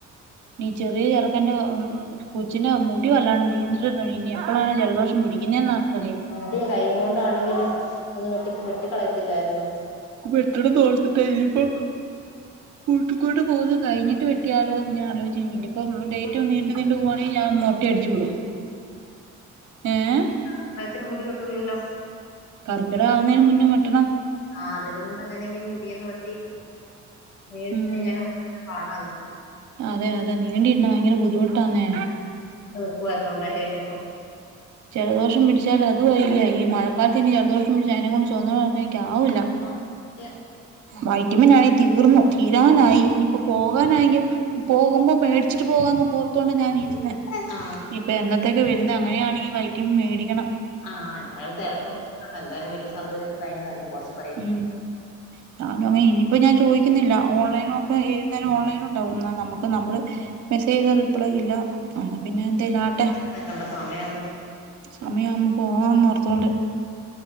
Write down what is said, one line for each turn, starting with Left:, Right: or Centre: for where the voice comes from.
Right: ഇനീ ചെറിയ ചെറക്കന്റെ കൊച്ചിന്റെ മുടിവല്ലാണ് നീണ്ട്ട്ട ഇനി എപ്പോഴാണ് ജലദോഷം പിടിക്ക ക്കുന്നെന്ന് ആർക്കറിയാം
Left: <unintelligible> കൈ കൊണ്ടാണെങ്കിലും ഒന്ന് വെട്ടി വെട്ടിക്കളയത്തില്ലാരുന്നോ
Right: <unintelligible> തോർത്തിട്ടാ ഇനിപ്പോ കൂട്ടിക്കോണ്ട് പോക്ന്നാ കഴിഞ്ഞിട്ട് വെട്ടിയാലോ നിങ്ങനെ ആലോചി ഇനിപ്പോ ഡേറ്റ്
Left: ഇപ്പം
Right: നീണ്ടു നീണ്ടു പോവാണെങ്കി ഞാൻ മൊട്ട അടിച്ചു വിടും ഏഹ്
Left: <unintelligible> ത്തില് മുടി വെട്ടൂലല്ലോ.
Right: കർക്കിടകം ആവുന്നേന് മുന്നേ വെട്ടണം.
Left: ആഹ് അതിനുമുമ്പേങ്ങനെങ്കിലും മുടി അങ്ങ് വെട്ടി നീണ്ട്
Right: ഉം
Left: കഴിഞ്ഞാലും ഭയങ്കര പാടാനെ
Right: അതെ അതെ നീണ്ടിരുന്ന ഭയങ്കര ബുദ്ധിമുട്ടാന്നെ.
Left: നിക്കുവാരുന്നു ഒണ്ടായി കഴിഞ്ഞപ്പം.
Right: ജലദോഷം പിടിച്ചാൽ അതും ആയില്ലേ ഈ മഴക്കാലത്ത് ഇനി ജലദോഷം പിടിച്ചാ അതിനെകൊണ്ട് ചൊ എനിക്കാവുല്ല.
Left: ആ സത്യം
Right: വൈറ്റമിൻ ആണെ തീർന്നു തീരാനായി ഇനി ഇപ്പോ പോകാനായെങ്കി പോകുമ്പോ മേടിച്ചിട്ട് പോകാന്ന കോർത്തോണ്ടാ ഞാനിരുന്നേ
Left: ആ ആ
Right: ഇപ്പ എന്നത്തൊക്കെ വരുന്നെ അങ്ങനെയാണെങ്കി വൈറ്റമിൻ മേടിക്കണം.
Left: ആഹ് എന്തായാലും തെരക്കൊന്നും കൂട്ടണ്ട എന്തായാലും വല്യ സർജറി ഒക്കെ കഴിഞ്ഞതല്ലേ കൊറച്ച്
Right: ഉം ഞാനും അങ്ങനെ ഇനിയിപ്പ ഞാൻ ചോയിക്കുന്നില്ല ഓൺലൈനൊക്കെ ഏതുനേരോം ഓൺലൈനുണ്ടാവും ന്നാ നമുക്ക് നമ്മള് മെസ്സേചെയ്താ റിപ്ലേയില്ല എന്നാ പിന്നെ എന്തേലാട്ടെ
Left: എന്തക്കണ്ട് സമയം
Right: സമയാവുമ്പോ പോവാന്നോർത്തോണ്ട്